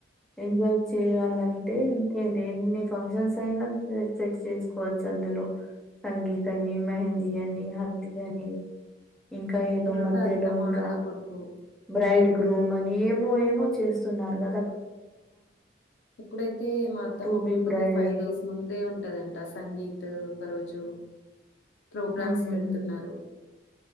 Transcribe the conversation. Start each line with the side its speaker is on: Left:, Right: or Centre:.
Centre: ఎంజాయ్ చేయాలంటే ఎంటి ఎన్ని ఫంక్షన్స్ అయినా సెట్ చేసుకోవచ్చు అందులో సంగీత్ అని మెహంది అని హల్దీ యని ఇంకా ఏదో
Left: సొంత
Centre: మధ్యలో
Left: అత్తమ్మ
Centre: ఇంకా
Left: వాళ్ళ కొడుకు
Centre: బ్రైడ్ గ్రూమ్ అని ఏమో ఏమో చేస్తున్నారు కా
Left: ఇప్పుడైతే మా అత్తమ్మ
Centre: టు బి
Left: కొడుకుది
Centre: బ్రైడ్
Left: ఫైవ్ డేస్ ముందే ఉంటదంట సంగీత్ ఒక రోజు ప్రోగ్రామ్స్
Centre: ఉమ్
Left: పెడుతున్నారు